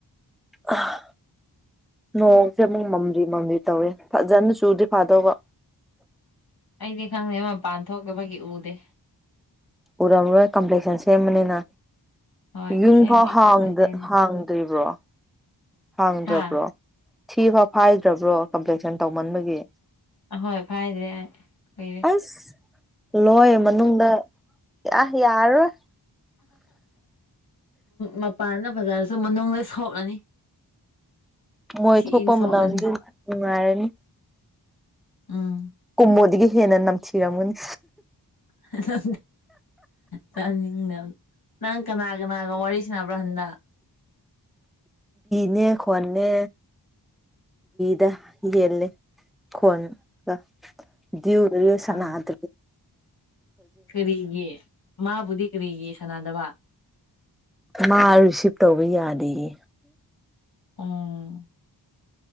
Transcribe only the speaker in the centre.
ꯑꯥ ꯅꯣꯡꯁꯦ ꯑꯃꯨꯛ ꯃꯝꯂꯤ ꯃꯝꯂꯤ ꯇꯧꯋꯦ ꯐꯖꯅ ꯆꯨꯔꯗꯤ ꯐꯗꯧꯕ
ꯎꯔꯝꯔꯣꯏ ꯀꯝꯄ꯭ꯂꯦꯛꯁꯟ ꯁꯦꯝꯕꯅꯤꯅ
ꯌꯨꯝ
ꯐꯥꯎ ꯍꯥꯡꯗ
ꯍꯥꯡꯗꯔꯤꯕꯣ ꯍꯥꯡꯗ꯭ꯔꯕ꯭ꯔꯣ
ꯊꯤꯕꯥꯎ ꯐꯥꯏꯗ꯭ꯔꯕ꯭ꯔꯣ ꯀꯝꯄ꯭ꯂꯦꯛꯁꯟ ꯇꯧꯃꯟꯕꯒꯤ
ꯑꯁ ꯂꯣꯏ ꯃꯅꯨꯡꯗ ꯑ ꯌꯥꯔꯔꯣꯏ
ꯃꯣꯏ
ꯊꯣꯛꯄ
ꯃꯇꯝꯗꯤ ꯅꯨꯡꯉꯥꯏꯔꯅꯤ
ꯀꯨꯝꯃꯣꯗꯒꯤ ꯍꯦꯟꯅ ꯅꯝꯊꯤꯔꯝꯒꯅꯤ
ꯅꯦ ꯈꯣꯟꯅ ꯗ ꯌꯦꯂꯦ ꯀꯣꯟꯒ ꯔꯤꯌꯣꯁꯅ
ꯑꯗꯨꯗꯤ
ꯃꯥ ꯔꯤꯁꯤꯞ ꯇꯧꯕ ꯌꯥꯗꯌꯦ